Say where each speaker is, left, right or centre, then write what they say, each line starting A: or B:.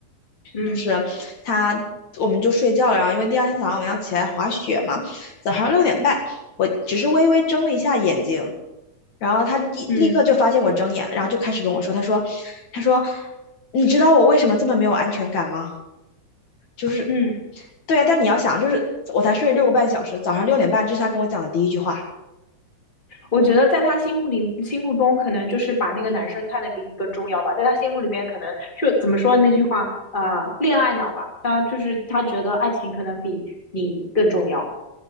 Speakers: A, on the left; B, on the left.
A: 嗯
B: 就是他我们就睡觉了，然后因为第二天早上我们要起来滑雪嘛，早上六点半，我只是微微睁了一下眼睛，然后他立立刻就发现我睁眼了，
A: 嗯
B: 然后就开始跟我说，他说，他说，你知道我为什么这么没有安全感吗？就是，
A: 嗯，
B: 对呀、但你要想，就是我才睡六个半小时，早上六点半，这是他跟我讲的第一句话。
A: 我觉得在他心目里心目中，可能就是把那个男生看得比你更重要吧。在他心目里面，可能就怎么说那句话啊、呃恋爱脑吧。他就是他觉得爱情可能比你更重要。